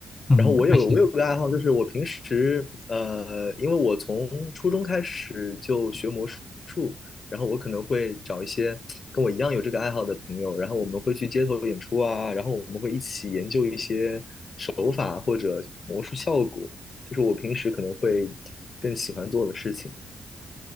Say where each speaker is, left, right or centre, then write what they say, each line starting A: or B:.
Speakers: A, on the left; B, on the left.
A: 嗯，
B: 然后我有我有个爱好，
A: 而且
B: 就是我平时呃，因为我从初中开始就学魔术，然后我可能会找一些跟我一样有这个爱好的朋友，然后我们会去街头演出啊，然后我们会一起研究一些手法或者魔术效果，这是我平时可能会更喜欢做的事情。